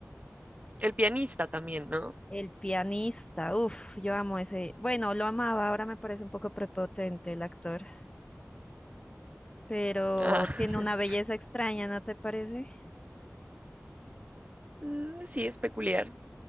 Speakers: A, on the right; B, on the left.
A: el pianista también, ¿no?
B: el pianista, uff, yo amo ese. Bueno, lo amaba, ahora me parece un poco prepotente el actor, pero
A: Ah.
B: tiene
A: <laughs>
B: una belleza extraña, ¿no te parece?
A: Mm, Sí, es peculiar.